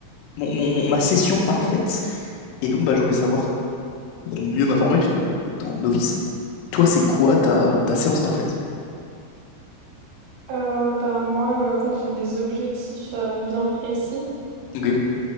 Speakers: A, on the left; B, on the right.
A: mon, mon- mon- ma session parfaite. Et donc, bah, je voulais savoir, pour mieux m'informer, puisque bah, étant novice, toi, c'est quoi ta, ta séance parfaite?
B: Euh, ben moi, euh, en fait, j'ai des objectifs euh, bien précis.
A: Ok.